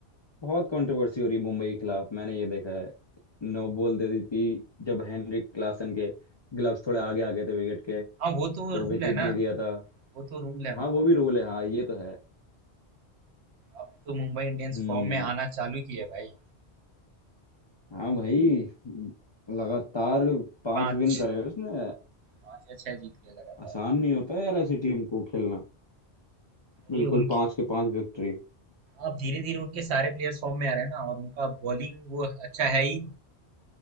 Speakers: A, on the left (about 35°); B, on the right (about 80°).
A: बहुत कंट्रोवर्सी हो रही है मुंबई के खिलाफ मैंने ये देखा है नो बॉल दे दी थी जब हेनरिक क्लासन के ग्लव्स थोड़े आगे आ गए थे विकेट के
B: हाँ वो तो
A: तो
B: रूल
A: विकेट
B: है ना
A: नहीं दिया था
B: वो तो रूल है
A: हाँ
B: मतलब
A: वो भी रोल है हाँ ये तो है
B: अब तो मुंबई इंडियंस
A: हम्म
B: फॉर्म में आना चालू किया भाई
A: हाँ भाई लगातार पांच
B: पाँच
A: विन करे हैं उसने
B: पाँच या छह जीत गया लगातार
A: आसान नहीं होता यार ऐसी टीम को खेलना बिल्कुल
B: अरे उनकी
A: पांच के पांच विक्ट्री
B: अब धीरे धीरे उनके सारे प्लेयर्स फॉर्म में आ रहे हैं ना और उनका बॉलिंग वो अच्छा है ही